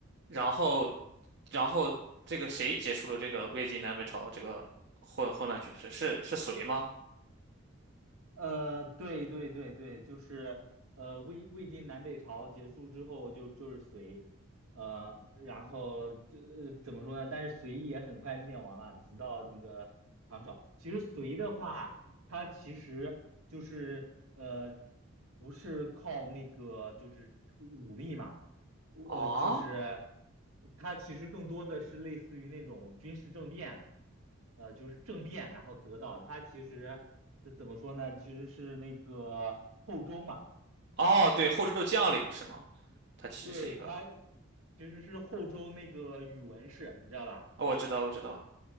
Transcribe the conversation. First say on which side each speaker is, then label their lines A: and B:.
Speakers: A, on the right (about 50°); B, on the right (about 75°).
A: 然后然后这个谁结束了这个魏晋南北朝的这个混混乱局势？是是隋吗？
B: 呃，对对对对，就是呃，魏魏晋南北朝结束之后就就是隋，呃，然后这、呃怎么说呢？但是隋也很快灭亡了，直到那个唐朝。其实隋的话，它其实就是呃，不是靠那个就是武力嘛，我就是
A: 哦
B: 它其实更多的是类似于那种军事政变，呃，就是政变，然后得到它其实是怎么说呢？其实是那个后周嘛，
A: 哦，对，后周的将领是吗？他其实是一个，
B: 对，它其实是后周那个宇文氏，你知道吧？
A: 哦我知道我知道。